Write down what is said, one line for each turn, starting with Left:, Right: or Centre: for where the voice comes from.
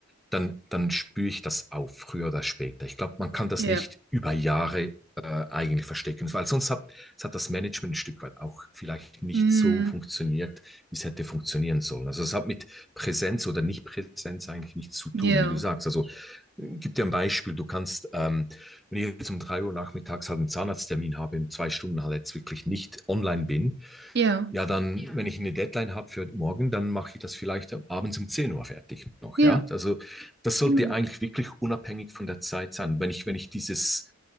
Centre: dann, dann spüre ich das auf, früher oder später. Ich glaube, man kann das
Right: Ja.
Centre: nicht über Jahre äh, eigentlich verstecken, weil sonst hat, hat das Management ein Stück weit auch vielleicht nicht
Right: Mhm.
Centre: so funktioniert, wie es hätte funktionieren sollen. Also es hat mit Präsenz oder Nicht-Präsenz eigentlich nichts zu tun,
Right: Ja.
Centre: wie du sagst. Also äh, gib dir ein Beispiel, du kannst, ähm, wenn ich jetzt um drei Uhr nachmittags halt einen Zahnarzttermin habe, in zwei Stunden halt jetzt wirklich nicht online bin,
Right: Ja.
Centre: ja, dann, Ja. wenn ich eine Deadline habe für morgen, dann mache ich das vielleicht abends um 10 Uhr fertig noch,
Right: Ja.
Centre: ja. Also das sollte
Right: Genau.
Centre: eigentlich wirklich unabhängig von der Zeit sein. Wenn ich, wenn ich dieses